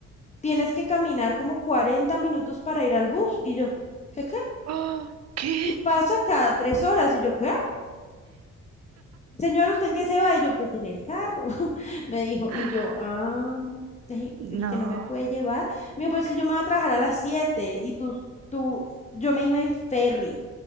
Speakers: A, on the left (about 25°); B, on the right (about 60°).
A: Tienes que caminar como 40 minutos para ir al bus. Y yo, ¿qué qué?
B: Ah, ¿qué?
A: Y pasa cada tres horas. Y yo, ¿qué? Señor, ¿usted en qué se va? Y yo, pues en el carro, <laughs> me dijo.
B: Ah,
A: Y yo, ah, ay,
B: No.
A: usted no me puede llevar. Me dijo, pues es que yo me voy a trabajar a las 7 y tú, tú, yo me iba en ferry,